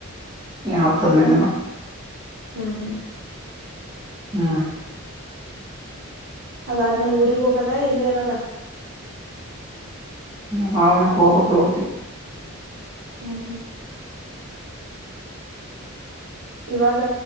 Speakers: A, on the right; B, on the right.
A: ಈ ಹತ್ತಅದನೈದ ದಿನ.
B: ಹ್ಮ್ ಹ್ಮ್.
A: ಹ್ಮ್
B: ಅದಾದ್ಮೇಲೆ ಊರಿಗ್ ಹೋಗದ ಇಲ್ಲೆ ಇರದ
A: <inaudible>
B: ಹ್ಮ್ ಹ್ಮ್. ಇವಾಗ